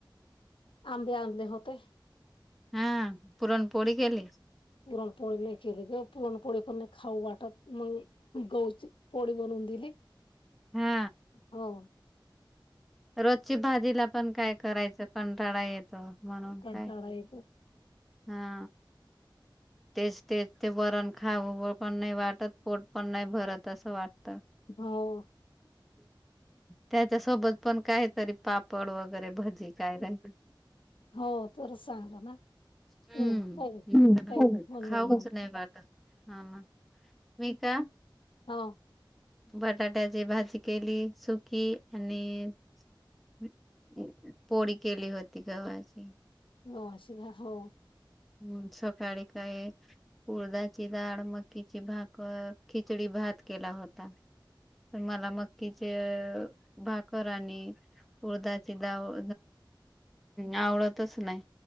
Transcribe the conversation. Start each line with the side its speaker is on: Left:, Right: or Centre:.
Left: आंबे आणले होते
Centre: हा पुरणपोळी केली
Left: पुरणपोळी नाही केली गं.. पुरणपोळी पण नाही खाऊ वाटत मग गवची पोळी बनवून दिली
Centre: हा
Left: हो
Centre: रोजची भाजीला पण काय करायचं कंटाळा येतो म्हणून
Left: कंटाळा
Centre: काय
Left: येतो.
Centre: हा तेच तेच ते बरण खाऊ पण नाही वाटत पोट पण नाही भरत त वाटत
Left: हो
Centre: त्याच्या सोबत पण काहीतरी पापड वगैरे भजी काय राहि
Left: हो तच चांगलं ना
Centre: हम्म
Left: तु काही काही बोल
Centre: खाऊच
Left: ह
Centre: नाही वाटत. हा ना मी का
Left: हा
Centre: बटाट्याची भाजी केली सुकी आणि <inaudible> पोळी केली होती गव्हाची.
Left: हो असशीला हो.
Centre: हम्म, सकाळी काय उडदाची डाळ, मकीची भाकर, खिचडी भात केला होता. तर मला मकीचे अ भाकर आणि उडदाची डाव आवडतच नाही.